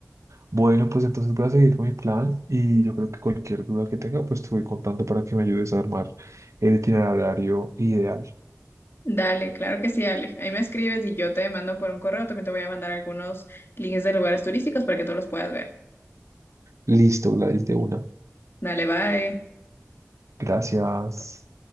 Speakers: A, on the right; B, on the left.
A: Bueno, pues entonces voy a seguir con mi plan y yo creo que cualquier duda que tenga, pues te voy contando para que me ayudes a armar el itinerario ideal.
B: Dale, claro que sí, Ale. Ahí me escribes y yo te mando por un correo. También te voy a mandar algunos links de lugares turísticos para que tú los puedas ver.
A: Listo, Gladys, de una.
B: Dale, bye.
A: Gracias.